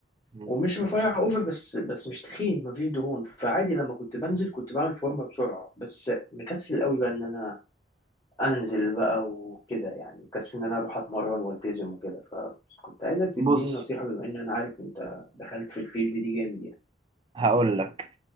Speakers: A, on the right; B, on the left.
A: مم.
B: ومش رفيع اوفر بس بس مش تخين مفيش دهون فعادي لما كنت بنزل كنت بعمل فورمه بسرعه بس مكسل قوي بقى ان انا انزل بقى وكده يعني كسل ان انا اروح اتمرن والتزم وكده فكنت عايزك تديني
A: بص
B: نصيحة بما ان انا عارف انت دخلت في الفيلد دي جامد يعني
A: هقول لك